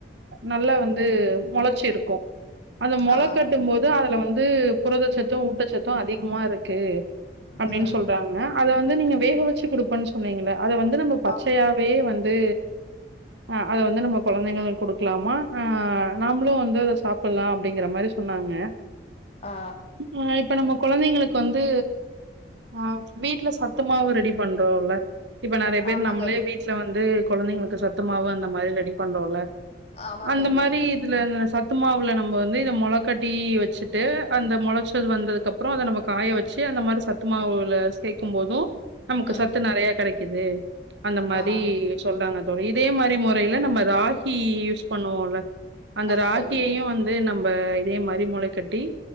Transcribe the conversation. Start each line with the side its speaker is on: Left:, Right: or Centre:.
Right: நல்லா வந்து மொளைச்சி இருக்கு அத மொளை
Left: ஆ
Right: கட்டும் போது அதுல வந் ந்து புரதச்சத்து ஊட்டச்சத்து அதிக்மா இருக்கு அப்டின்
Left: ம்
Right: சொல்றாங்க அத வந்து நீங்க வேக வச்சு குடுப்பன் சொன்னீங்ள அத வந்து நம்ம பச்சயாவே
Left: ஆமா
Right: வந்து அ அத வந்து நம்ம கொழந்தைங்களுக் குடுக்லாமா அ நா நாம்புளு வந்து அத சாப்புட்லா டிங்குற மாரி சொன்னாங்க
Left: ஆ
Right: அ இப்ப நம்ம கொழந்தைங்களுக் ப்ப வந்து ஆ வீட்ல சத்து மாவு ரெடி பண் <unintelligible> இப்ப நறைய பேர்
Left: ஆமா
Right: நம்ளே
Left: தோழி
Right: வீட்ல வந்து குழந்தைங்களுக் க்கு சத்துமாவு அந்த மாரி ரெடிப் பண்றோல்ல
Left: ஆமா
Right: அந்த
Left: தோழி
Right: மாரி இதுல சத்து இந்த மாவுல நா நம்போ வந்து இந்த மொளக்கட்டி வெச்சுட்டு அந்த மொளச்சது வந்ததுக்கு அப்புறோ அத நம்ப காய வச்சு அந்த மாரி சத்துமாவுல சேக்கும் போதூ நமக்கு
Left: ம்
Right: சத்து நறைய கடைக் க்கிது அந்த மாரி
Left: ஆ
Right: சொல்றாங்க அத் தோ க இதே மாரி முறையில நம்ம ராகி யூஸ் பண்ணுவோல்ல அந்த
Left: ஆமா
Right: ராகியையு
Left: தோழி
Right: வந்து நம்ப இ தே மாரி முளை கட்டி